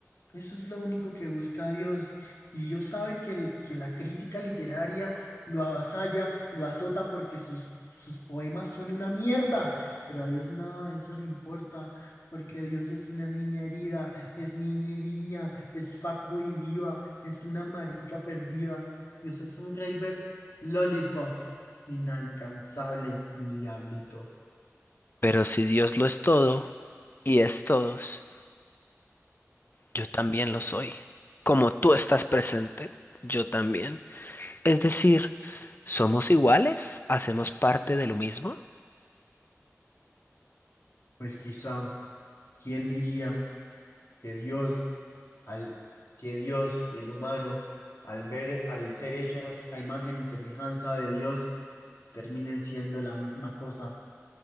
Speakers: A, on the left; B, on the left.
A: Eso es lo único que busca Dios. Y Dios sabe que, el- que la crítica literaria lo avasalla, lo azota porque sus, sus poemas son una mierda. Pero a Dios nada de eso le importa, porque Dios es una niña herida, es niño y niña, es fuckboy y diva, es una marica perdida. Dios es un raver lollipop, inalcanzable, mi diablito.
B: Pero si Dios lo es todo y es todos, yo también lo soy. Como tú estás presente, yo también. Es decir, ¿somos iguales? ¿Hacemos parte de lo mismo?
A: Pues quizá, ¿quién diría? que Dios, al, que Dios y el humano, al ver, al ser hechos a imagen y semejanza de Dios, terminen siendo la misma cosa.